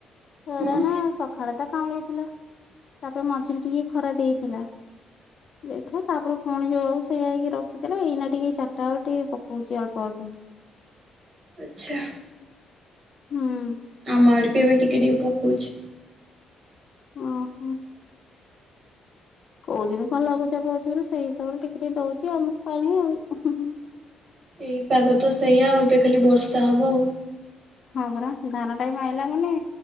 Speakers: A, on the left; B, on the right.
A: ଅରା
B: ନା ହଁ
A: ନାଁ ସଖାଳେ ତ କାଉଁଳେଇ ଥିଲା। ତାପରେ ମଝିରେ ଟିକେ ଖରା ଦେଇଥିଲା। ଦେଇଥିଲା ତାପରେ ପୁଣି ଯୋଉଆ ଉ ସେଇଆ ହେଇକି ରଖିଥିଲା ଏଇନା ଟିକେ ଚାରିଟା ଏଳୁ ଟିକେ ପକଉଚି ଅଳ୍ପ ଅଳ୍ ଉଁ
B: ଉଚ୍ଛା।
A: ଉଁ।
B: ଆମ ଆଡ଼େ ବି ଏବେ ଟିକେ ଟିକ ପକଉଚି।
A: ଉଁ ହୁଁ। କୋହୁଚନ୍ତି କଣ ଲଘୁଚାପ ଅଛି ବୋଲି ସେଇ ହିସାବରେ ଟିକେ ଟିକେ ଦଉଚି ଆମକୁ ପାଣି ଆଉ।
B: ଏଇ ପାଗ ତ ସେଇଆ ଆଉ ଏବେ ଖାଲି ବର୍ଷା ହବ ଆଉ।
A: ହଁ ପରା ଧାନ ଟାଇମ୍ ଆଇଲା ମାନେ